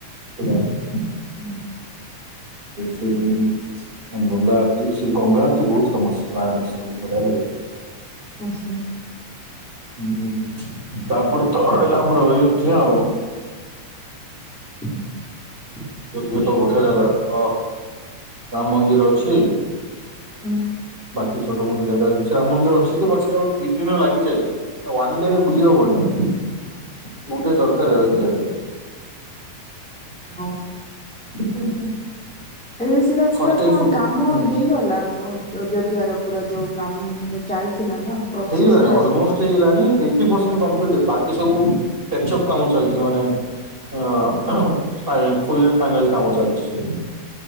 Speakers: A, on the right; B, in the centre.
A: <unintelligible>
B: ହୁଁ।
A: ସେଇଠ ଗଙ୍ଗା ଆରତ ସେ ଗଙ୍ଗା ଆରତ ବହୁତ ଫାମସ ବାରଣସର ବଢିଆ ଲାଗେ।
B: ଆଚ୍ଛା
A: ହୁଁ ତାପରେ ତ ରହିଲା ଆମର ଅୟୋଧ୍ୟା ଆଉ।
B: <unintelligible>
A: ଧ୍ୟା ତ ବଢିଆ ଜାଗା ଟା ରାମ୍ ମନ୍ଦିର ଅଛି।
B: ହୁଁ।
A: ବାକି ଛୋଟ ମୋଟ ଜାଗା ଅଛି ରାମନ୍ଦିର ଅଛି ଯେ ବଟ୍ ସେଟା ଦି ଦିନ ଲାଗିଯାଏ। ୱାନ୍ ଡେ ବୁଲି ହବନି ଟୁ ଡେ ଦରକାରେ ଯିବା ପାଇଁ।
B: ହଁ
A: <unintelligible>
B: ଏବେ ସେଟା
A: ଫତେପୁର
B: ପୁରା କଣ କାମ
A: ହୁଁ
B: ହେଇଗଲା। ଅଯୋଧ୍ୟ ର ପୁରା ଯୋଉ କାମ ମାନେ ଚାଲିଥିଲା ନା ପ୍ରୋସେସରେ
A: ହେଇଗଲାଣି
B: ଏଟା
A: ଅଲମୋଷ୍ଟ
B: ସ-
A: ହେଇଗଲାଣି ଏଇଟି ପସେଣ୍ଟ କଂପ୍ଲିଟ୍ ବାକି ସବୁ ଟେକ୍ଚପ କାମ ଚାଲିଛି ମାନେ ହଁ-ହଁ-ହଁ ଫୁଲ ଆଣ୍ଡ ଫାଇନାଲ କାମ ଚାଲିଛି ସେଇଠି।